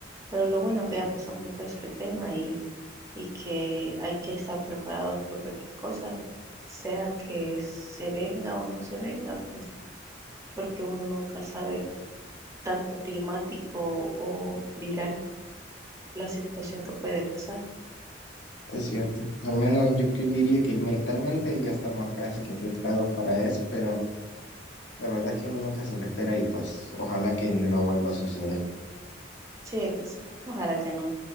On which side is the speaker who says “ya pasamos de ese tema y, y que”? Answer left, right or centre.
Right